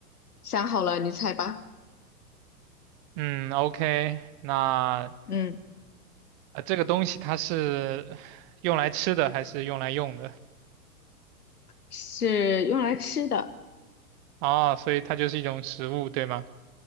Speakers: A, on the left (about 75°); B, on the right (about 35°).
A: 想好了，你猜吧。
B: 嗯，OK，那
A: 嗯，
B: 呃，这个东西它是用来吃的还是用来用的？
A: 是用来吃的，
B: 哦，所以它就是一种食物，对吗？